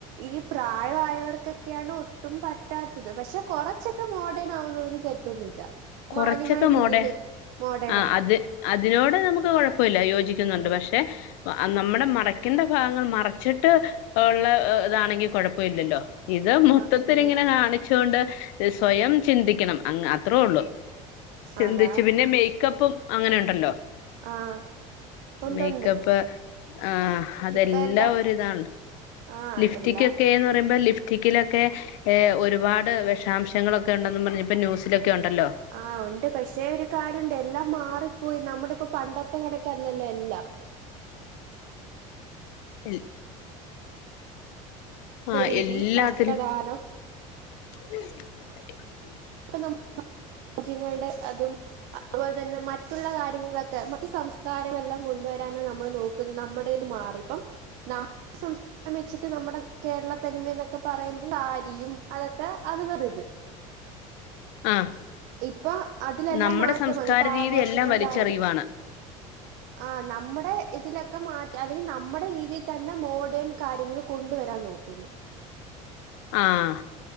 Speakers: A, on the right; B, on the left.
A: ഈ പ്രായവായവർ ക്കൊക്കെയാണ് ഒട്ടും പറ്റാത്തത് പക്ഷെ കൊറച്ചൊക്കെ മോഡേൺ ആവുന്നതിന് തെറ്റൊന്നുമില്ല
B: കൊറച്ചൊക്കെ
A: മാന്യമായ രീതിയില്
B: മോടെ
A: മോഡേൺ
B: ആ
A: ആവാം
B: അത് അതിനോട് നമുക്ക് കൊഴപ്പമില്ല യോജിക്കുന്നുണ്ട്
A: ആഹ്
B: പക്ഷെ നമ്മുടെ മറക്കണ്ട ഭാഗങ്ങൾ മറച്ചിട്ട് ഉള്ള ഇതാണെങ്കി കൊഴപ്പ ഇല്ലല്ലോ ഇത് മൊത്തത്തിൽങ്ങനെ
A: ആഹ് ഇല്ല
B: കാണിച്ചുകൊണ്ട് സ്വയം ചിന്തിക്കണം അങ്‌ അത്രേ ഒള്ളു ചിന്തിച്ചു
A: അതാ
B: പിന്നെ മേക്കപ്പും അങ്ങനെ ഇണ്ടല്ലോ
A: ആഹ് ഉണ്ടുണ്ട്
B: മേക്കപ്പ് ആ അതെല്ലാം
A: ഇപ്പ എല്ലാം
B: ഒരിതാണ്
A: ആഹ്
B: ലിഫ്റ്റിക്കൊക്കെന്ന്
A: എല്ലാം
B: പറയുമ്പോ ലിഫ്റ്റ് റ്റിക്കിലൊക്കെ ഒരുപാട് വിഷാംശങ്ങളൊക്കെ ഒണ്ടെന്ന് പറഞ്ഞ് ഇപ്പൊ ന്യൂസിലൊക്കെ ഒണ്ടല്ലോ
A: ആഹ് ഉണ്ട് പക്ഷെ ഒരു കാര്യോണ്ട് എല്ലാം മാറിപ്പോയി നമ്മുടെ ഇപ്പോ പണ്ടത്തെ കണക്കല്ലല്ലോ എല്ലാം
B: എ ആഹ്
A: രീതി
B: എല്ലാത്തിലും
A: വസ്ത്രദാനം
B: ണ്ട <unintelligible>
A: ഇപ്പ നമുക്ക് രാജ്യങ്ങളുടെ അതും അതുപോലെ തന്നെ മറ്റുള്ള കാര്യങ്ങളൊക്കെ മറ്റു സംസ്കാരങ്ങളെല്ലാം കൊണ്ടുവരാനാണ് നമ്മൾ നോക്കുന്നത് നമ്മടേതിനു മാ ആറിപ്പം നമ്മുടെ സംസ്കാരം വെച്ചിട്ട് നമ്മുടെ കേരളത്തനിമന്നക്കെ പറയുമ്പോൾ ഭാര്യയും അതൊക്കെ അത് വേറെ ഇത്
B: ആ
A: ഇപ്പൊ അതിലെല്ലാം
B: നമ്മുടെ
A: മാറ്റം
B: സംസ്കാര
A: വന്നു ഇപ്പൊ
B: രീതി
A: ആഘോഷങ്ങളിലായാലും
B: എല്ലാം വലിചെറിയുവാണ്
A: ആ നമ്മുടെ ഇതിലൊക്കെ മാറ്റ അല്ലെങ്കിൽ നമ്മുടെ രീതിയിൽ തന്നെ മോഡേൺ കാര്യങ്ങൾ കൊണ്ടുവരാ വരാൻ നോക്കുന്നു
B: ആഹ്